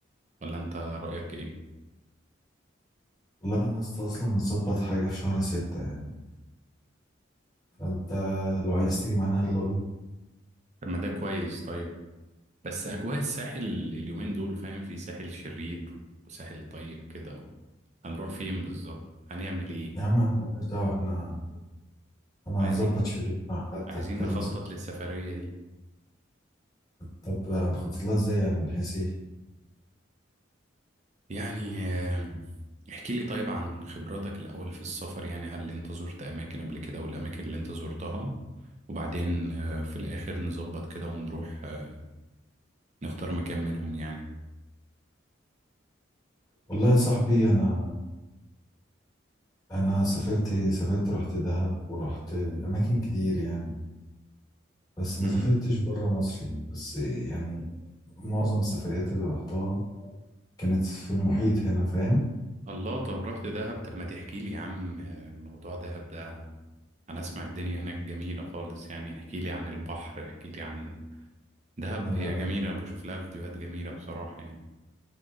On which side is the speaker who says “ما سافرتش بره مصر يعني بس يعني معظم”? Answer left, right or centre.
Left